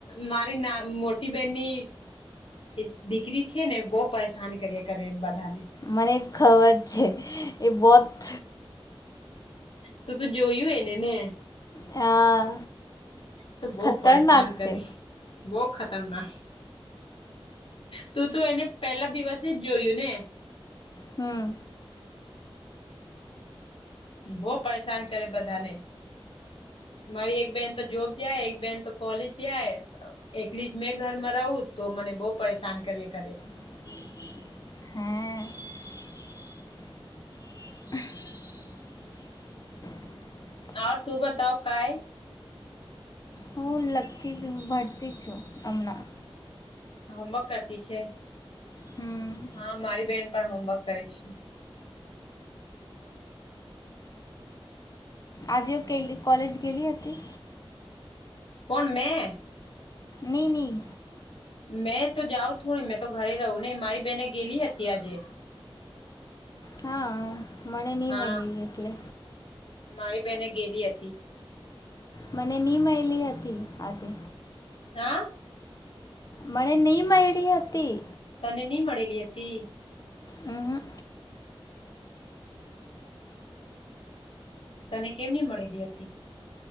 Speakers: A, on the left; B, on the left.
A: મારી ના મોટી બેનની એ દીકરી છે ને બો પરેસાન કરીયા કરે બધાને
B: મને ખબર છે એ બોત
A: તો તું જોયું એને ને.
B: હા
A: તો બહ
B: ખતરનાક
A: પરેશાન કરી.
B: છે
A: બહુ ખતરના. તું તો એને પેલા દિવસે જ જોયું ને.
B: હમ.
A: બહ પરેશાન કરે બધાને. મારી એક બેહેન તો જોબ જાય એક બેહેન તો કોલેજ જાય. એકલી જ મેં ઘર માં રહું તો મને બહુ પરેશાન કરીએ કરે.
B: હે <unintelligible>
A: ઓર તું બતાવ કાંઈ.
B: હું લગતી છ હું ભરતી છું હમણાં.
A: હોમવર્ક કરતી છે
B: હમ
A: હા મારી બેન પણ હોમવર્ક કરે છે.
B: આજેવ કેલી કોલેજ ગેલી હતી.
A: કોણ મેં?
B: નીની.
A: મેં તો જાઉ થોડી મેં તો ઘરે રહું ને મારી બેહેને ગેલી હતી આજે.
B: હા મણે ની
A: હા
B: મયલી એટલે.
A: મારી બેહેને ગેલી હતી.
B: મને ની મયલી હતી આજે.
A: હા.
B: મને ની મયડી હતી.
A: તને ની મડેલી હતી.
B: અહ.
A: તને કેમ ની મળેલી હતી.